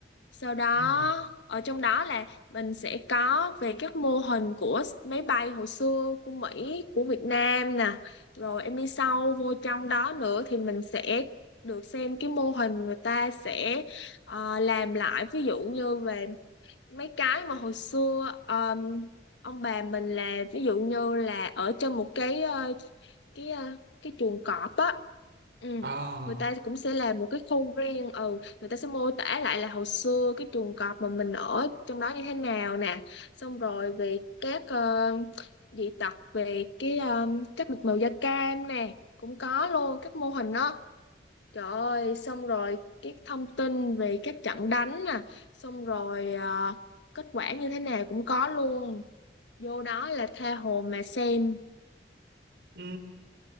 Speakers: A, on the left; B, on the right.
A: sau đó
B: ừ.
A: ở trong đó là mình sẽ có về các mô hình của máy bay hồi xưa của Mỹ của Việt Nam nè rồi em đi sâu vô trong đó nữa thì mình sẽ được xem cái mô hình người ta sẽ ờ, làm lại ví dụ như về mấy cái mà hồi xưa um, ông bà mình làm ví dụ như là ở trên một cái ờ, cái ờ, cái chuồng cọp á ừ.
B: à
A: người ta cũng sẽ làm một cái khu riêng ừ người ta sẽ mô tả lại là hồi xưa cái chuồng cọp mà mình ở trong đó như thế nào nè xong rồi về các ờ, dị tật về cái ờ, các mạch màu da cam nè cũng có luôn các mô hình đó Trời ơi, xong rồi cái thông tin về các trận đánh nè, xong rồi à, kết quả như thế nào cũng có luôn. Vô đó là tha hồ mà xem.
B: ừ.